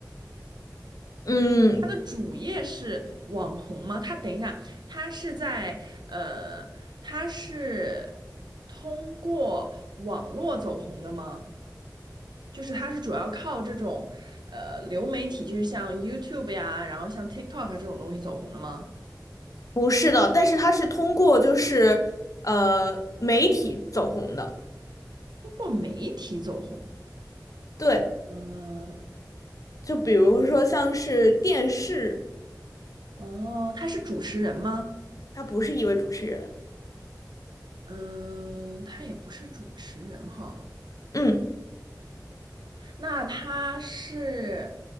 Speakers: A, on the left; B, on the right.
A: 嗯，
B: 他的主业是网红吗？他等一下，他是在呃，他是通过网络走红的吗？就是他是主要靠这种呃流媒体，就是像 YouTube 呀，然后像 TikTok 啊这种东西走红的吗？
A: 不是的，但是他是通过就是呃媒体走红的。
B: 通过媒体走红，
A: 对，
B: 呃，
A: 就比如说像是电视，
B: 哦，他是主持人吗？
A: 他不是一位主持人。
B: 嗯、他也不是主持人哈。
A: 嗯，
B: 那他是，